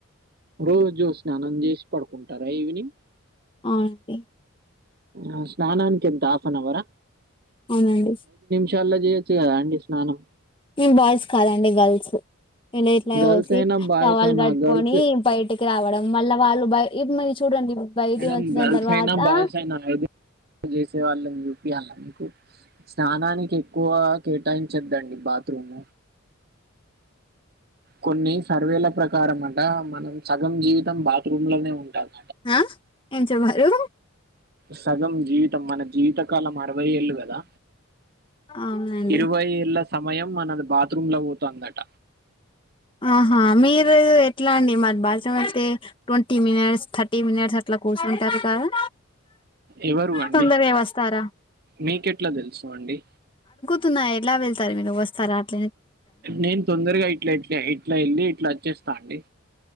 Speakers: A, on the right; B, on the left.
A: రోజు స్నానం చేసి పడుకుంటారా ఈవినింగ్
B: అవునండి
A: ఆ స్నానంకి ఎంత హాఫ్ అన్ అవర్రా
B: అవునాండి
A: పొద్దుగల చేయొచ్చు కదా అండి స్నానం
B: ఈ బాయ్స్ కాదండి గర్ల్స్ ఇళ ఇట్లా
A: గర్ల్స్
B: పోసి
A: అయినా, బాయ్స్
B: టవాలు
A: అయినా
B: కట్టుకొని
A: గర్ల్స్
B: బయటికి రావడం మళ్ళా వాళ్ళు బయ ఇది మరి చూడండి బయటికి
A: మేడం
B: వచ్చిన
A: గల్త్
B: తర్వాత
A: అయినా బయస్
B: ఆ
A: అయినా ఏద చేసే వాళ్ళని చూపియాల మీకు స్నానానికి ఎక్కువ కేటాయించద్దండి బాత్రూమ్ కొన్ని సర్వేల ప్రకారం అంట మనం సగం జీవితం బాత్రూమ్ లోనే ఉంటాలి
B: ఆ ఏం చె బారు
A: సగం జీవితం మన జీవితకాలం అరవై ఏళ్ళు కదా
B: అవునండి
A: ఇరవై ఏళ్ళ సమయం మన బాత్రూమ్ లో పోతుందట
B: ఆహా మీరు ఎట్లా అండి మరి భాష అయితే ట్వంటీ మినిట్స్ థర్టీ మినిట్స్ అట్లా కూర్చుంటారు కదా
A: ఎవరు అండి
B: తొందరగా వస్తారా
A: మీకెట్లా తెలుసు అండి
B: తున్నా ఎట్లా వెళ్తారు మీరు వస్తా అట్ల
A: నేను తొందరగా ఇట్లా ఇట్లా ఇట్లా వెళ్ళి ఇట్లా వచ్చేస్తా అండి